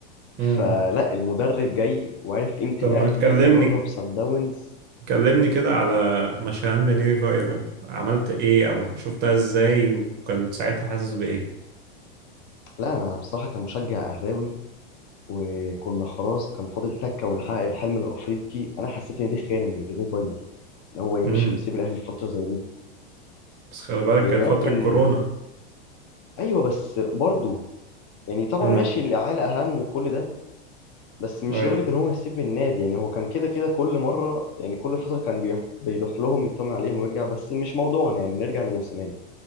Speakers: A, on the right; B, on the left.
A: امم
B: فلا المدرب جاي وعارف قيمة
A: طب
B: الأهلي
A: ما تكلمني
B: ودرب سان داونز
A: كلمني كده على مشان بنيري فايرال عملت ايه او شفتها ازاي وكنت ساعتها حاسس بايه
B: لا أنا بصراحة كمشجع أهلاوي وكنا خلاص كان فاضل تكة ونحقق الحلم الأفريقي أنا حسيت إن دي خيانة من رينيه فايلر ان هو يمشي
A: امم
B: ويسيب الاهلي في فتره زي دي
A: بس خلي بالك
B: يعني
A: كانت
B: اه
A: فترة
B: كان
A: كورونا
B: ايوه بس برضه يعني طبعا
A: امم
B: ماشي العيله اهم وكل ده بس مش
A: اي
B: لدرجه ان هو يسيب النادي يعني هو كان كده كده كل مره يعني كل فتره كان بيروح بيروح لهم يطمن عليهم ويرجع بس مش موضوعنا يعني نرجع لموسيماني